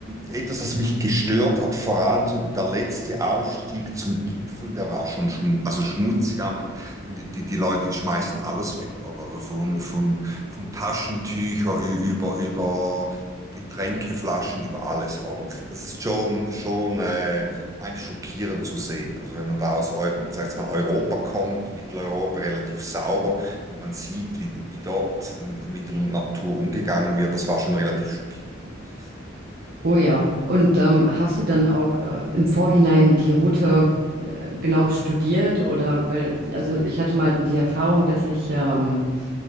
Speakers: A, on the right (about 15°); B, on the right (about 50°).
A: etwas, was mich gestört hat, vor allem so der letzte Aufstieg zum Gipfel, der war schon schmu also schmutzig. Einfach. Denn Die, die, die Leute, die schmeißen alles weg, oder? Also von, von, von Taschentücher über, über Getränkeflaschen, über alles, oder? Das ist schon, schon äh, ein schockierend zu sehen. Also wenn man da aus Eu- sag ich mal, Europa kommt, Mitteleuropa relativ sauber und man sieht, wie, wie dort äh, mit der Natur umgegangen wird. Das war schon relativ schockierend, muss ich sagen. Also,
B: Oh ja. Und ähm, hast du dann auch äh, im Vorhinein die Route äh, genau studiert oder weil, also ich hatte mal die Erfahrung, dass ich ähm,